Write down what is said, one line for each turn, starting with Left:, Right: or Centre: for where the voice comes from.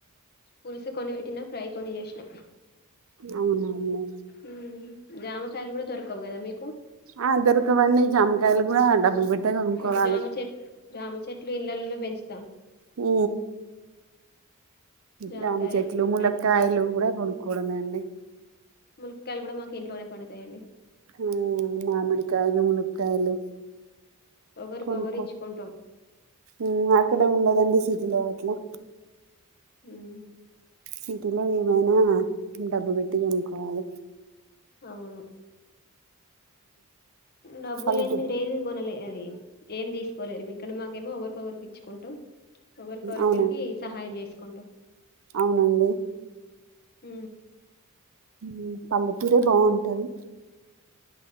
Left: పులుసు కొన్ని వెట్టినా ఫ్రై కొన్ని చేసిన
Right: అవునా అండి
Left: ఉ జామకాయలు కూడా దొరకవు కదా మీ
Right: ఆ దొరకవండి జామకాయలు కూడా డబ్బులు పెట్టే కొనుక్కోవాలి
Left: మాకు జామ చెట్ జామ చెట్ చెట్లు ఇండ్లళ్లలో పెంచుతాం
Right: ఊ
Left: జామకాయలు
Right: జామ చెట్లు
Left: ఇట్లాంటి
Right: ములకాయలు కూడా కొనుక్కోవడమే అండి
Left: ములికాయలు కూడ మాకు ఇంట్లోనే పండుతాయండి
Right: ఊ మామిడి కాయలు, ములక్కాయలు
Left: ఒకరికొకరు
Right: కనుక్కో
Left: ఇచ్చుకుంటాం
Right: ఊ అక్కడే ఉండదండి సి లో వట్లు
Left: హుమ్
Right: సిటిలో ఏదైనా డబ్బు పెట్టి కొనుకోవాలి
Left: అవును డబ్బులు
Right: పల్లెటూరు
Left: లేంది మీరు ఏది కొనలే అది ఏమి తీసుకోలేరు మీ ఇక్కడ మాకేమో ఒకరికొగరు ఇచ్చుకుంటాం ఒకరికోగర్కి
Right: అవునా
Left: సహాయం చేసుకుంటాం
Right: అవునండి
Left: ఊ
Right: ఊ పల్లెటూరే బాగుంటది